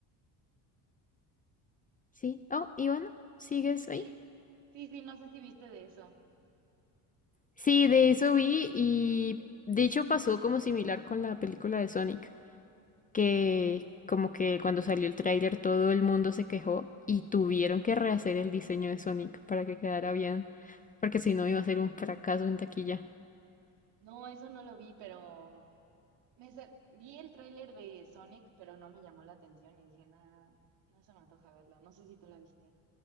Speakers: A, on the left; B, on the right.
A: Sí. Oh, y bueno, ¿sigues
B: Sí,
A: ahí?
B: sí, sí, no sé si viste de eso.
A: Sí, de eso vi y de hecho pasó como similar con la película de Sonic. que como que cuando salió el tráiler todo el mundo se quejó y tuvieron que rehacer el diseño de Sonic para que quedara bien, porque si no iba a ser un fracaso en taquilla.
B: No, eso no lo vi, pero me sa- vi el tráiler de Sonic, pero no me llamó la atención y dije, nada, no se me antoja verla. No sé si tú la viste.